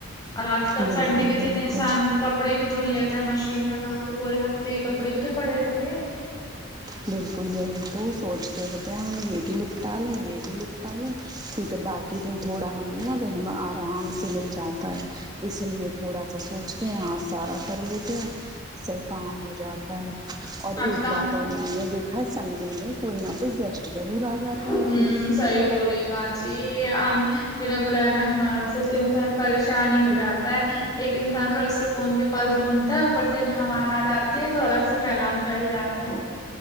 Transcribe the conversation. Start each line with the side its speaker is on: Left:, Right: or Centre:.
Left: اور آج کب
Right: بالکل
Left: سنڈے کے دن
Right: بالکل
Left: انسان کپڑے بھی دھل لیتا ہے مشین لگا کے پورے ہفتے کے کپڑے بھی تو پڑے رہتے ہیں
Right: بالکل یہی تو سوچتے ہوتے ہم یہ بھی لپٹا لیں یہ بھی لپٹا لیں کیونکہ باقی دن تھوڑا ہمیں نا رہم آرام سے مل جاتا ہے اس لیے تھوڑا سا سوچتے ہیں آج سارا کر لیتے ہیں سب کام ہو جاتا ہے اور
Left: آج
Right: ایک
Left: کہاں
Right: بات اور میں نے دیکھا ہے سنڈے میں کوئی نہ کوئی گیسٹ ضرور آ جاتا
Left: ہوں
Right: ہے پھر
Left: صحیح بول رہی ہیں باجی بنا بلائے مہمان سے تو انسان پریشان ہی ہو جاتا ہے ایک انسان تھوڑا سو کون کے پل دھنتا ہے اوپر سے مہمان آ جاتے ہیں تو الگ سے پھیلان پھیل جاتا ہے